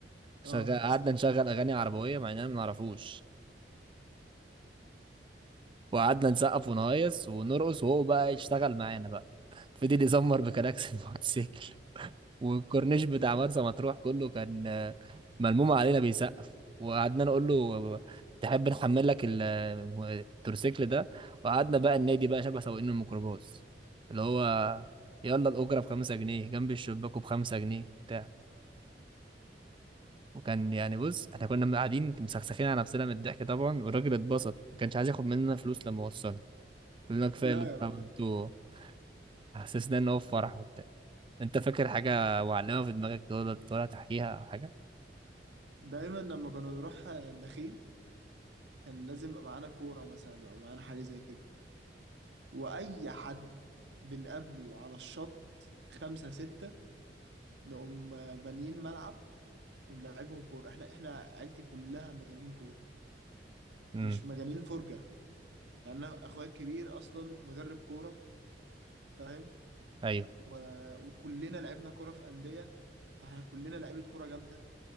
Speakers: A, on the right; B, on the right.
A: شغال
B: اه
A: قعدنا نشغل اغاني عربوية مع اننا ما نعرفوش وقعدنا نسقف ونهيص ونرقص وهو بقى يشتغل معانا بقى فضل يزمر بكراكس <laughs> الموتوسيكل والكورنيش بتاع مرسى مطروح كله كان ملموم علينا بيسقف وقعدنا نقول له تحب نحمل لك ال- التورسيكل ده وقعدنا بقى النادي بقى شبه سواقين الميكروباص اللي هو يلا الأجرة بخمسة جنيه جنب الشباك وبخمسة جنيه بتاع وكان يعني بص احنا كنا قاعدين مسخسخين على نفسنا من الضحك طبعا والراجل اتبسط ما كانش عايز ياخد مننا فلوس لما وصلنا قلنا كفايه
B: لا
A: اللي انتوا
B: يا راجل
A: عملتوه حسسنا ان هو في فرح وبتاع انت فاكر حاجه وعلمها في دماغك تقدر تقدر تحكيها او حاجه
B: دايما لما كنا نروح النخيل كان لازم يبقى معانا كوره مثلا او معانا حاجه زي كده واي حد بنقابله على الشط خمسة ستة نقوم بانيين ملعب ونلعبهم كورة احنا احنا عيلتي كلها مجانين كورة
A: امم
B: مش مجانين فرجة يعني انا اخويا الكبير اصلا مدرب كورة فاهم
A: ايوه
B: و... وكلنا لعبنا كورة في أندية فاحنا كلنا لعيبة كورة جامدة